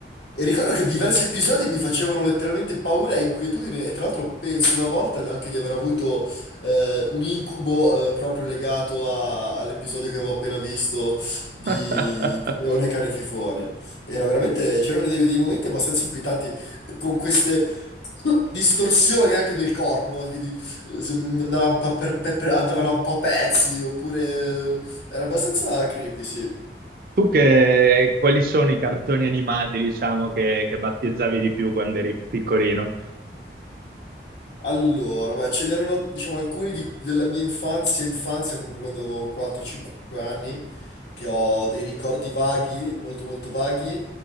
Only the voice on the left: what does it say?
e ricordo che diversi episodi mi facevano letteralmente paura e inquietudine, e tra l'altro penso una volta anche di aver avuto eh, un incubo eh, proprio legato a- all'episodio che avevo appena visto di,
di Leone Cane e Fifone. Era veramente, c'erano dei, dei momenti abbastanza inquietanti con queste <clears throat> distorsioni anche del corpo, no? Che di- eh, se andava un po' per- per- per- andavano un po' a pezzi, oppure eh, era abbastanza creepy, sì.
Allora, beh, ce n'erano, diciamo, alcuni di- della mia infanzia, infanzia, proprio quando avevo 4-5 anni, che ho dei ricordi vaghi, molto molto vaghi,